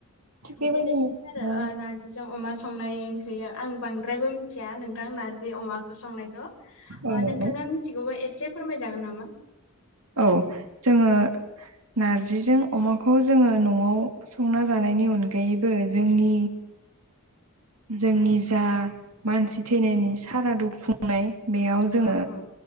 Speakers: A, on the right; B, on the left.
A: थिग बेबायदिनो
B: बिदिनो सै आरो
A: ओ
B: नारजिजों अमा संनाय ओंख्रिआ आं बांद्रायबो मिथिया नोंथां नारजि अमाखौ संनायखौ ओ
A: औ नंगौ
B: नोंथांआ मिथिगौबा एसे फोरमायजागोन नामा?
A: औ जोङो नारजिजों अमाखौ जोङो नवाव संना जानायनि अनगायैबो जोंनि जोंनि जा मानसि थैनायनि सारादु खुंनाय बेआव जोङो
B: औ औ